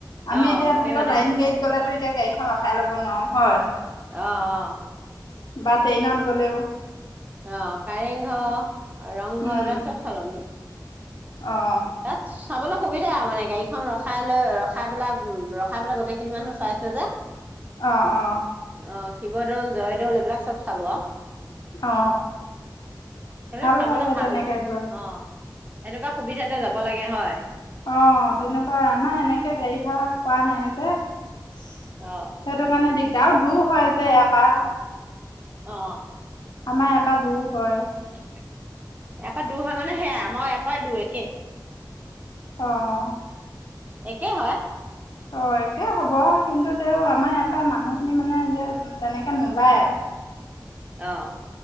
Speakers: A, on the left; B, on the right.
A: আমি
B: অ
A: এতিয়া
B: গোটেই
A: ধ
B: মানুহখিনি
A: লাইন গাড়ীত গলে ত এতিয়া গাড়ীখন ৰখাই ল'ব নোৱাৰো হয়
B: অঁ অঁ
A: বা ট্ৰেইনত গ'লেও
B: অ কাৰেংঘৰ ৰংঘৰ
A: উম
B: এইবিলাক চব চালো আমি
A: অ
B: তাত চাবলে সুবিধা মানে গাড়ীখন ৰখাই লৈ ৰখাই পেলাই উ ৰখাই পেলাই গোটেইখিনি মানুহ চাইছে যে
A: আহ অঁ অঁ
B: অ শিৱদৌল জয়দৌল এইবিলাক চব চালো আহ সেইবিলাক
A: অ ভাল
B: চাবলৈ
A: লাগে
B: ভাল
A: তেনেকে
B: ভাল
A: গৈ
B: অ এনেকুৱা সুবিধাতে যাব লাগে হয়
A: অ তেনেকুৱা আমাৰ এনেকে গাড়ী ভা়ৰা কৰা নাই যে সেইটো
B: অ
A: কাৰণে দিগদাৰ এতিয়াও দূৰ হয় যে ইয়াৰ পৰা
B: অ
A: আমাৰ এপৰা দূৰ হয় ।
B: ইয়াৰ পৰাৰা দূৰ হয় মানে সেয়া আমই ইয় পৰাই দূৰ একেই ।
A: অঁ
B: একেই হয়
A: অ একে হব কিন্তু তেওঁ আমাৰ ইয়াৰ পৰা মানুহখিনি মানে এতিয়া তেনেকে নোলায়
B: আহ